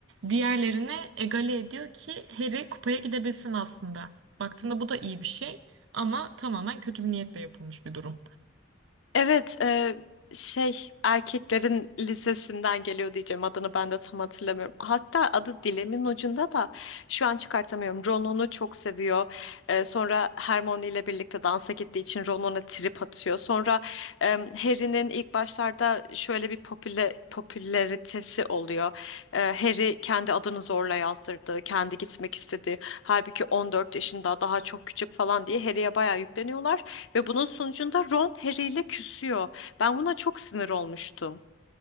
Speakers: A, on the right; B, on the left.
A: Diğerlerine egale ediyor ki Harry kupaya gidebilsin aslında. Baktığında bu da iyi bir şey ama tamamen kötü bir niyetle yapılmış bir durum.
B: Evet, e, şey erkeklerin lisesinden geliyor diyeceğim adını ben de tam hatırlamıyorum. Hatta adı dilimin ucunda da şu an çıkartamıyorum. Ron çok seviyor. Ee, sonra Hermione ile birlikte dansa gittiği için Ron ona trip atıyor. Sonra e, Harry'nin ilk başlarda şöyle bir popüle, popülaritesi oluyor. Ee, Harry kendi adını zorla yazdırdı. Kendi gitmek istedi. Halbuki 14 yaşında daha çok küçük falan diye Harry'ye bayağı yükleniyorlar. Ve bunun sonucunda Ron Harry ile küsüyor. Ben buna çok sinir olmuştum.